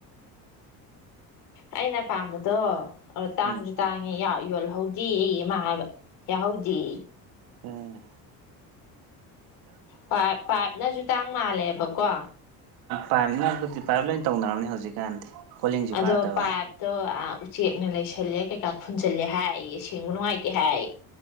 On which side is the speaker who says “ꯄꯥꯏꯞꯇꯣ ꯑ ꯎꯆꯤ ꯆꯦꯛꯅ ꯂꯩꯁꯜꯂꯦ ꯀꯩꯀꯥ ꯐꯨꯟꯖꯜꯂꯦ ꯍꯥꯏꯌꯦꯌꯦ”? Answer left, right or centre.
Left